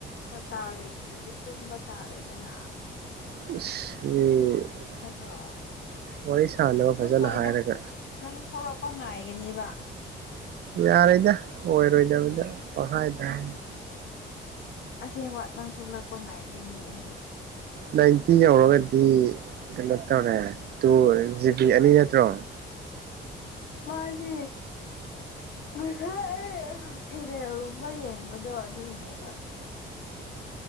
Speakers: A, on the left; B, on the right.
A: ꯗꯥꯇꯥ ꯂꯩꯇ꯭ꯔꯗꯤ ꯇꯨꯝꯕ ꯇꯥꯔꯦꯗꯅ
B: <unintelligible>
A: ꯅꯠꯇ꯭ꯔꯣ
B: ꯋꯥꯔꯤ ꯁꯥꯟꯅꯕ
A: ꯇꯨꯝꯣꯏꯗ
B: ꯐꯖꯅ ꯍꯥꯏꯔꯒ
A: ꯅꯪ ꯊꯣꯛꯂꯛꯄ ꯉꯥꯏꯒꯅꯦꯕ
B: ꯌꯥꯔꯣꯏꯗ ꯑꯣꯏꯔꯣꯏꯗꯕꯗ ꯄꯩꯍꯥꯏ ꯇ ꯍꯥꯏꯅꯤ
A: ꯑꯁꯦꯡꯕ ꯅꯪ ꯊꯣꯛꯂꯛꯄ ꯉꯥꯏꯗꯣꯏꯅꯦ ꯑꯩ
B: ꯅꯥꯏꯟꯇꯤ ꯌꯧꯔꯒꯗꯤ ꯀꯩꯅꯣ ꯇꯧꯔꯦ ꯇꯨ ꯖꯤꯕꯤ ꯑꯅꯤ ꯅꯠꯇ꯭ꯔꯣ
A: ꯃꯥꯗꯤ ꯉꯁꯥꯏ ꯑꯩ ꯁꯦꯔꯦꯜꯒꯨꯝꯕ ꯌꯦꯡꯕꯗꯣ ꯑꯗꯨꯏꯅꯦꯕ <unintelligible>